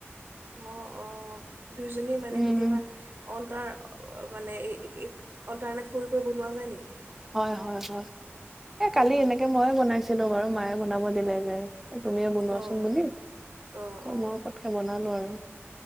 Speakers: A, on the right; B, in the centre.
A: অ', অ'। দুইোজনী মানে
B: উম
A: কেতিয়াবা অলটাৰ মানে এই অল্টাৰনেট কৰি, কৰি বনোৱা যায় নেকি?
B: হয়, হয়, হয়। এ' কালি
A: উম,
B: এনেকে মইয়ে বনাইছিলো বাৰু। মায়ে বনাব দিলে যে। এ তুমিয়ে বনোৱাচোন
A: অঁ
B: বুলি
A: অঁ
B: ত
A: অঁ
B: মই পতকে বনালো আৰু।